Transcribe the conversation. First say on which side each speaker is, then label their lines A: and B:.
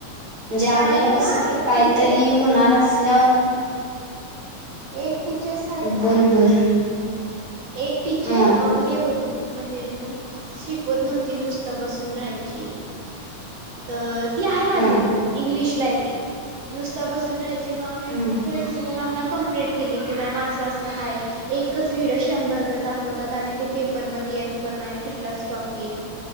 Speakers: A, on the right (about 50°); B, on the right (about 65°).
A: म्हणजे आपल्याला
B: कारण की
A: कसं
B: ना एक
A: काहीतरी
B: टीचर
A: होणार असल्यावर
B: एक टीचर्स आहेत ना,
A: बोल बोल
B: एक टीचर
A: हा
B: हे होत, म्हणजे शिकवत नव्हती नुसत बसून राहायची, तर ती आहे
A: हा
B: अजून इंग्लिश लाय ती नुसता बसून राहायची मग आम्ही
A: हा
B: प्रिं्सिपल मॅमना कंप्लें केली की मॅम असं असं हाय एकच व्हिडिओ शंभर द दाखवतात आणि ते पेपरमध्ये येत पण नाही कुठलाच टॉपिक,